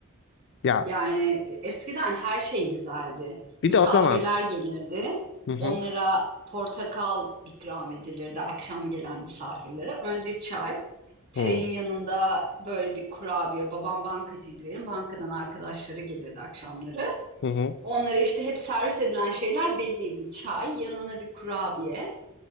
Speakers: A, on the left; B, on the right.
A: Ya
B: Yani eskiden her şey güzeldi.
A: bir
B: Misafirler
A: de o zaman
B: gelirdi.
A: hı hı
B: Onlara portakal ikram edilirdi akşam gelen misafirlere. Önce çay. Çayın
A: hı
B: yanında böyle bir kurabiye. Babam bankacıydı benim. Bankadan arkadaşları gelirdi akşamları.
A: hı hı.
B: Onlara işte hep servis edilen şeyler belliydi. Çay, yanına bir kurabiye.